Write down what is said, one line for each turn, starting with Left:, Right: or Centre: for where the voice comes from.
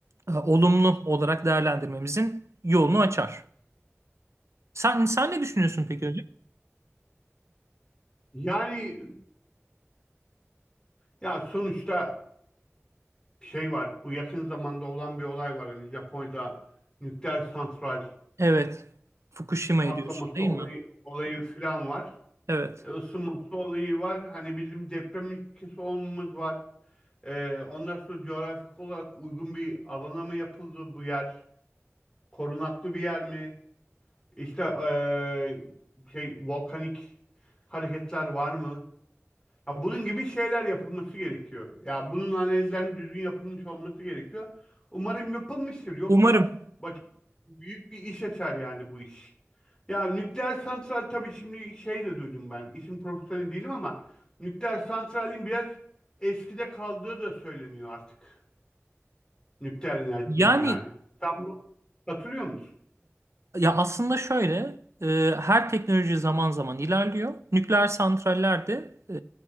Right: e, olumlu olarak değerlendirmemizin yolunu açar. Sen, sen ne düşünüyorsun peki hocam?
Left: Yani ya sonuçta şey var. Bu yakın zamanda olan bir olay var. Hani Japonya'da nükleer santral
Right: Evet. Fukushima'yı
Left: patlaması
Right: diyorsun değil
Left: olayı,
Right: mi?
Left: olayı falan var.
Right: Evet.
Left: E, ısınması olayı var. Hani bizim deprem ülkesi olmamız var. E, ondan sonra coğrafik olarak uygun bir alana mı yapıldı bu yer? Korunaklı bir yer mi? İşte eee, şey volkanik hareketler var mı? Ya bunun gibi şeyler yapılması gerekiyor. Ya bunun analizlerinin düzgün yapılmış olması gerekiyor. Umarım yapılmıştır. Yoksa
Right: Umarım.
Left: başımıza büyük bir iş açar yani bu iş. Ya nükleer santral tabii şimdi şey de duydum ben. İşin profesyoneli değilim ama nükleer santralin biraz eskide kaldığı da söyleniyor artık. Nükleer enerjinin
Right: Yani
Left: yani. Sen buna katılıyor musun?
Right: Ya aslında şöyle, e, her teknoloji zaman zaman ilerliyor. Nükleer santraller de e,